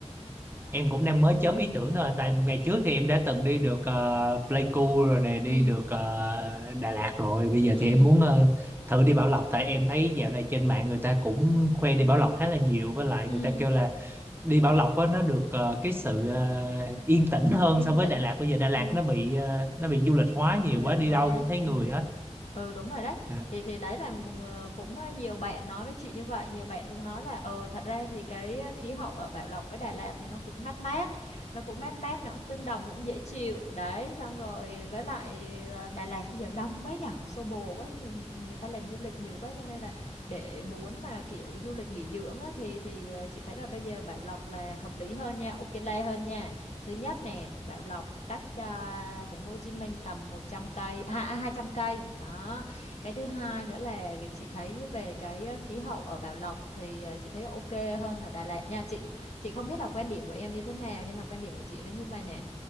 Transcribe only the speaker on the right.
Em cũng đang mới chớm ý tưởng thôi à, tại ngày
trước thì em đã từng đi được ờ, Pleiku rồi nè, đi
được ờ, Đà Lạt rồi. Bây giờ
thì em muốn ờ, thử đi Bảo Lộc tại em thấy dạo này trên mạng người ta cũng khoe đi Bảo Lộc khá là nhiều với lại
người ta kêu là đi Bảo Lộc á nó được ờ, cái sự ờ, yên tĩnh hơn
so
với Đà Lạt. Bây giờ Đà Lạt
nó bị ờ, nó bị du lịch hóa nhiều
quá, đi
đâu cũng thấy người
hết.
Dạ.